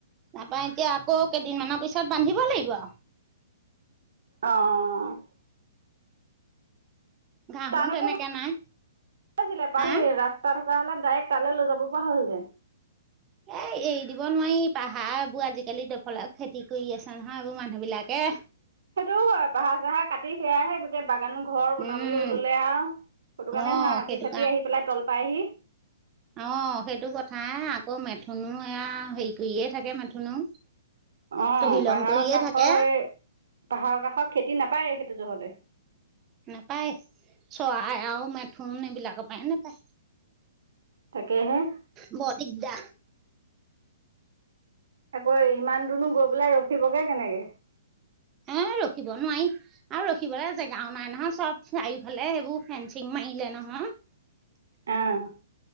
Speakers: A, on the right (about 25°); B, on the right (about 65°).
A: তাপা এতিয়া আকৌ কেইদিনমানৰ পিছত বান্ধিব লাগিব আও।
B: অ'হ।
A: ঘাঁহো
B: তাত আকৌ
A: তেনেকে
B: ভা
A: নাই
B: আছিলে পানী
A: হা
B: ৰাস্তা থকা হ'লে ডাইৰেক্ট তালে লৈ যাব পৰা হ'ল হেঁতেন।
A: এ এৰি দিব নোৱাৰি, পাহাৰবোৰ আজিকালি দফালা খেতি কৰি আছে নহয়, এইবোৰ মানুহ বিলাকে।
B: সেইটোও হয়, পাহাৰ চাহাৰ কাটি সেয়াহে গোটেই বাগান ঘৰ বনাবলৈ
A: উম
B: ল'লে আও। সটো কাৰণে
A: অ
B: হা হাতী
A: সেইটো
B: চাতি আহি পেলাই তল পাইহি।
A: অহ', সেইটো কথা, আকৌ মেথুনো এয়া হেৰি কৰিয়ে থাকে মেথুনো।
B: অ',
A: তহিলং
B: পাহাৰৰ
A: কৰিয়ে
B: কাষৰ
A: থাকে
B: সেই পাহাৰৰ কাষৰ খেতি নাপায় সেইটো যহতে।
A: নাপায় চৰাই আও মেথুন এইবিলাকৰ পাই নেপায়।
B: তাকেহে।
A: ব দিগদা।
B: আকৌ ইমান দূৰনো গৈ পেলাই ৰখিবগে কেনেকে।
A: এ ৰখিব নোৱাৱি। আৰু ৰখিবলে জেগাও নাই নহয়, চব চাৰিওফালে সেইবোৰ ফেঞ্চিং মাৰিলে নহয়।
B: অ'।